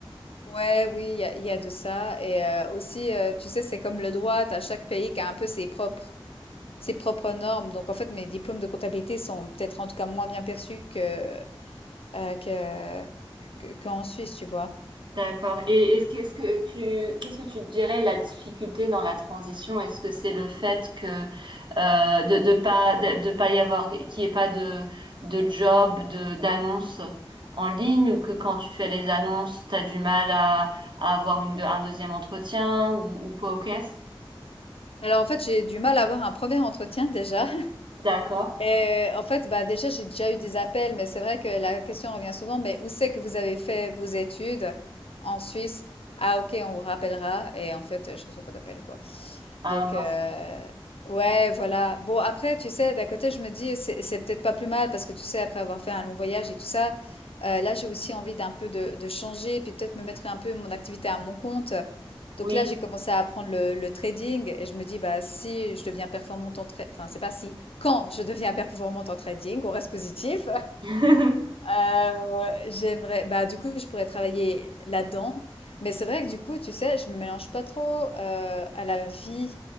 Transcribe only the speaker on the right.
D'accord. Et est-ce que, ce que tu, qu'est-ce que tu dirais la difficulté dans la transition? Est-ce que c'est le fait que euh, de, de pas de, de pas y avoir qu'il n'y ait pas de de job, de d'annonce en ligne ou que quand tu fais les annonces, tu as du mal à, à avoir une, de- un deuxième entretien ou, ou quoi au caisse?
D'accord.
Ah
mince.
Oui.
<laughs>